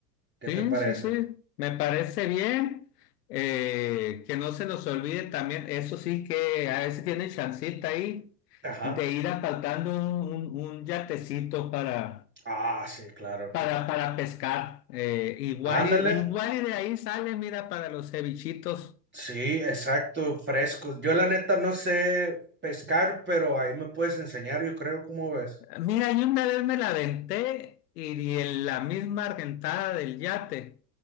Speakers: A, on the right (about 20°); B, on the left (about 75°).
A: ¿qué
B: Sí,
A: te parece?
B: sí, sí. Me parece bien. Eh, que no se nos olvide también, eso sí que a veces tiene chancita ahí
A: Ajá.
B: de ir apartando un, un, un yatecito para,
A: Ah, sí, claro.
B: para, para pescar. Eh, igual,
A: Ándale.
B: y- igual y de ahí sale, mira, para los cevichitos.
A: Sí, exacto, frescos. Yo la neta no sé pescar, pero ahí me puedes enseñar, yo creo, ¿cómo ves?
B: Mira, yo una vez me la aventé y, y en la misma argentada del yate.